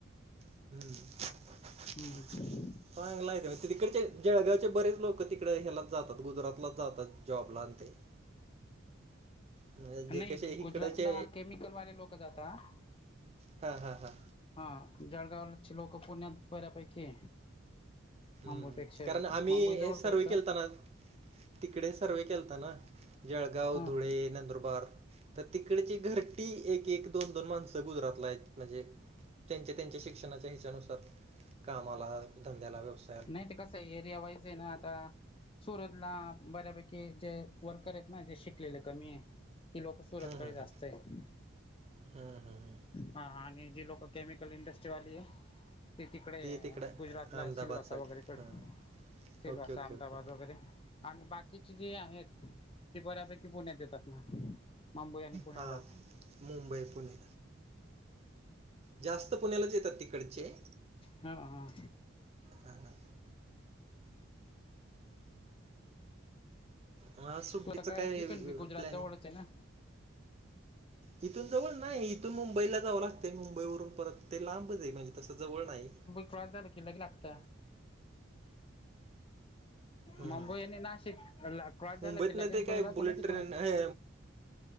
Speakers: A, on the right; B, on the left.
A: हम्म
B: ह
A: चांगला तिकडचे जळगावचे बरेच लोक तिकडे ह्याला जातात गुजरातलाच जातात जॉबला आणि ते म्हणजे जे
B: नाही
A: कसे इकडचे
B: गुजरातला केमिकल वाले लोक जातात
A: हा हा हा
B: हा जळगावची लोकं पुण्यात बऱ्यापैकी
A: हम्म
B: मुंबईपेक्षा
A: कारण आम्ही
B: मुंबई जवळ
A: हे सर्व
B: पडतं
A: केलताना तिकडे सर्वे केलत ना जळगाव
B: हा
A: धुळे नंदुरबार तर तिकडची घरटी एक एक दोन दोन माणसं गुजरातला आहेत म्हणजे त्यांच्या त्यांच्या शिक्षणाच्या हिच्यानुसार कामाला धंद्याला व्यवस्था
B: नाही ते कसं आहे एरिया वाईज आहे ना आता सुरतला बऱ्यापैकी जे वर्कर आहेत ना जे शिकलेले कमी कि लोक सुरतकडे
A: हम्म हम्म
B: जास्त आहे
A: हम्म हम्म हम्म हम्म
B: हा आणि जी लोक केमिकल इंडस्ट्रीवाली आहे ती तिकडे
A: तिकडं
B: गुजरातला
A: अहमदाबाद
B: सिल्वासा
A: साईड
B: वगैरेकडे
A: हां
B: Silvassa
A: okay okay
B: Ahmedabad
A: okay हां
B: वगैरे आणि बाकीचे जे आहेत ते बऱ्यापैकी पुण्यात येतात ना मुंबई आणि पुण्याला
A: हां
B: जातात
A: मुंबई पुणे जास्त पुण्यालाच येतात तिकडचे
B: हा हा
A: हा हा अं, सुट्टीचं
B: स्तः काय इथूनी गुजरात
A: प्लॅनिंग
B: जवळच आहे ना
A: इथून जवळ नाही इथून मुंबईला जावं लागतंय मुंबई वून परत ते लांबचई म्हणजे तसं जवळ नाही
B: त्रास झाला कि नाही लागत
A: हम्म
B: मुंबई आणि नाशिक क्रॉस झाला
A: मुंबईत
B: क
A: ना
B: ल कीच
A: ते काय
B: गुजरात
A: बुलेट
B: आहे ना तिकडून
A: ट्रेन हे